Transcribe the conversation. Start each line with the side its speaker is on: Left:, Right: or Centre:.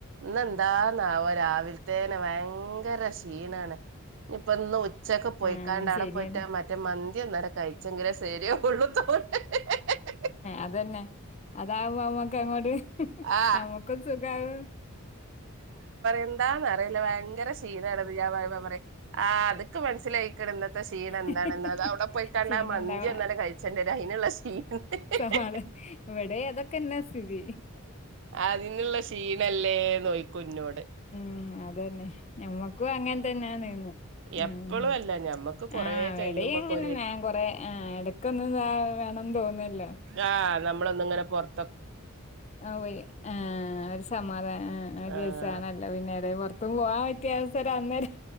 Right: ഇന്ന് എന്താ ന്നാവം രാവിലതെന്നെ ഭയങ്കര ഷി... ക്ഷീണാണ് ഇഞ്പ്പം ഇന്ന് ഉച്ചക്ക് പോയിക്കാണ്ട്
Left: ആ
Right: അവിടെ
Left: ശരിയാണ്
Right: പോയിട്ടാ മറ്റേ മന്തി ഒന്ന്ടെ കഴിച്ചെങ്കിലേ ഷി.. ശരിയ ഉള്ളു തോണ്ട് <unintelligible>
Left: അത് ന്നെ അതാവോ മ്മക്ക് അങ്ങോട്ട് <unintelligible>
Right: ആഹ്
Left: മ്മക്കും സുഖാവും
Right: എന്താന്ന് അറിയില്ല ഭയങ്കര ഷീണണത് <unintelligible> പറ അത് ക്ക മനസ്സിലായി കിടന്നത്തെ ഷീണ്
Left: സുഖാവും
Right: എന്താണെന്ന അത് അവിടെ പോയി കാണ്ട
Left: ചീഞ്ഞുണ്ടാവ
Right: ആ മന്തി ഒന്നാല കഴിച്ചേണ്ടി വര അതിനുള്ള ശീ <unintelligible>
Left: ഹതെ എവിടെ അതൊക്കെന്നെ സ്ഥിതി
Right: അതിനുള്ള ഷീണല്ലേ നോയിക്കുന്നോട്
Left: ഉം അതന്നെ ഞമ്മക്കും അങ്ങനെ തന്നെയ നീന്ന് ഉം
Right: എപ്പളും അല്ല ഞമ്മക്ക് കൊറേ
Left: ആ
Right: കഴിയുമ്പൊക്കൊര്
Left: എവിടെ അങ്ങനെ ൻ കൊറെ ആ എടക്കൊന്ന് <unintelligible> ന്ത്‌ തോന്നുല്ലേ
Right: ആഹ് നമ്മളൊന്ന ങ്ങനെ പോറ്
Left: ആ പോയി <unintelligible> ഒരു സമാധാനം ആ ഒരു
Right: ആഹ്
Left: രസണല്ലേ പിന്നെട പുറത്ത് ആ <unintelligible> വ് സര് അന്നേര്